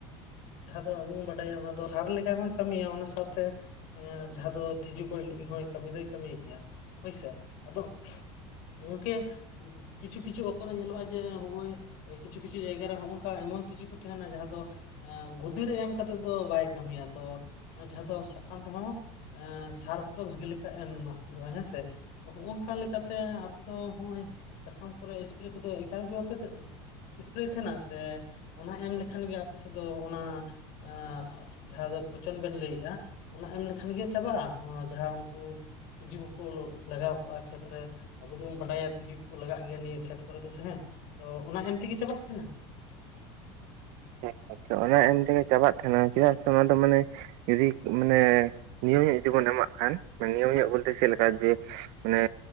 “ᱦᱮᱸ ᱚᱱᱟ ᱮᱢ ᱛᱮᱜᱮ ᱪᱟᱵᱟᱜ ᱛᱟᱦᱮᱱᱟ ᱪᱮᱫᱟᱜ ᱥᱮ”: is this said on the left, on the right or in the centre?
Right